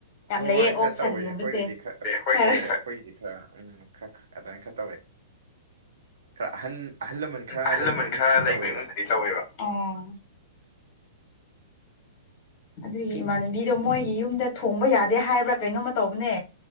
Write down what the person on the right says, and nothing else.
ꯍꯣꯏ
ꯈꯔ
ꯇꯧꯋꯤ ꯑꯩꯈꯣꯏꯒꯤꯗꯤ
ꯈꯔ ꯍꯣꯏ ꯑꯩꯈꯣꯏꯒꯤꯗꯤ ꯈꯔ ꯎꯝ ꯈꯔ ꯑꯗꯨꯃꯥꯏꯅ ꯈꯔ ꯇꯧꯋꯦ ꯈꯔ ꯑꯍꯟ ꯑꯍꯜ ꯂꯃꯟ ꯈꯔ
ꯂꯩꯕ
ꯏꯃꯨꯡꯗꯗꯤ
ꯇꯧꯋꯦꯕ